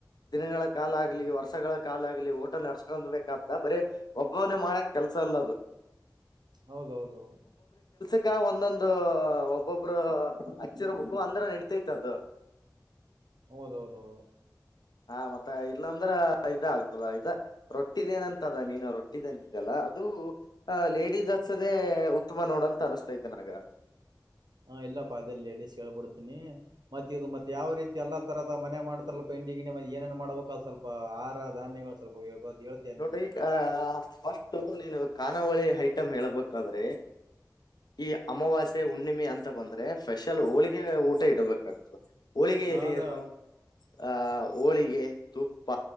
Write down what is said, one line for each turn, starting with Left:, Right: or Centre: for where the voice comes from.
Left: ದಿನಗಳ ಕಾಲ ಆಾಗಲಿ ವರ್ಷಗಳ ಕಾಲ ಆಗ್ಲಿ ಲ್ಲಿ ಓಟ ನಡೆಸ್ಕೊ ಬ್ದ ಬರೀ ಒಬ್ಬವನೇ ಮಾಡಕ್ ಕೆಲ್ಸ ಅಲ್ಲ ಅದು
Right: ಹೌದುೌಲೌ
Left: ಈಗ ಒಂದೊಂದು ಒಬ್ಬೊಬ್ರು ಹಚ್ಚಿರ ಮುಖು ಅಂದ್ರ ನಡಿತೈತ್ ಅದು
Right: ಹೌದೌದ ಹೌದು
Left: ಹಾ ಮತ್ತ ಇಲ್ಲಾ ಅಂದ್ರ ಇದ ಆಗ್ತದ ಇದ ರೊಟ್ಟಿದಏನಂತದ ನೀನು ರೊಟ್ಟಿದ್ ಅಂತಿದ್ದಲ್ಲ ಅದು ಅ ಲೇಡೀ ಹಸದೆ ಉತ್ತಮ ನೋಡ ಅಂತ ಅನಿಸತೈತೆ ನನಗ
Right: ಹಾ ಇಲ್ಲಪ್ಪಾ ಅದೆಲ್ಲಿ ಎಡಿಸಸ್ ಹೇಳ್ಬಿಡ್ತೀನಿ ಮತ್ತೆ ಇದು ಮತ್ತತ್ ಯಾವ ರೀತಿ ಎಲ್ಲಾ ತರದ ಮನೆ ಮಾಡ್ತಲ್ಲ ತಿಂಡಿಗಿನ ಮ ಏೇಏ ಮಾಡಬೇಕ ಅದು ಸ್ವಲ್ಪ ಆಾರ ಧಾನ್ಗಳು ಸ್ವಲ್ಪ ಹೇಳ್ತೀಯ
Left: ನೋಡ್ರಿ
Right: ನೀನು
Left: ಆಹ ಫಸ್ಟ್ು ನೀನು ಖಾನಾವಳಿ ಐಟಮ್ ಹೇಳ್ಬೇಕಾದ್ರೆ ಈ ಅಮವಾಸ್ಯ ಹುಣ್ಣಿಮೆ ಅಂತ ಬಂದ್ರೆ ಸ್ೆಷಲ್ ಹೋಳಿಗೆ ಊಟ ಇಡ್ಬೇಕಾಗತತ್ತು ಹೋಳಿಗೆಯಲ್ಲಿ
Right: ಹ ಅದ
Left: ಏನು ಆ ಹೋಳಿಗೆ ತುಪ್ಪ